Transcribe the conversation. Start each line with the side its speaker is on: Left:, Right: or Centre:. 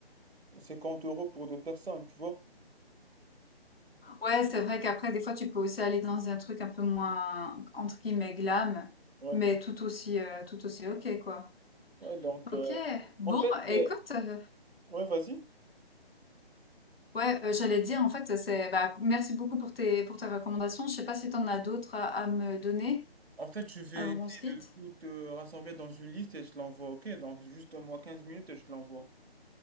Right: 50 euros pour deux personnes, tu vois.
Left: Ouais, c'est vrai qu'après, des fois, tu peux aussi aller dans un truc un peu moins, entre guillemets, glam,
Right: Ouais,
Left: mais tout aussi, euh, tout aussi ok, quoi.
Right: ouais, donc, euh,
Left: Ok, bon,
Right: en fait,
Left: écoute,
Right: euh,
Left: euh,
Right: ouais, vas-y.
Left: ouais, euh, j'allais dire, en fait, c'est, bah, merci beaucoup pour tes, pour tes recommandations. Je sais pas si t'en as d'autres à, à me donner
Right: En fait, je vais
Left: avant
Right: essayer
Left: qu'on se quitte.
Right: de tout euh, rassembler dans une liste et je te l'envoie, ok? Donc, juste au moins 15 minutes et je te l'envoie.